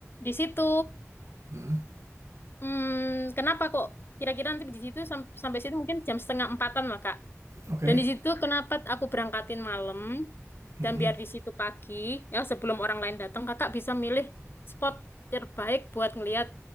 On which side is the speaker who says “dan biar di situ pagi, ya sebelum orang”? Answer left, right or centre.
Left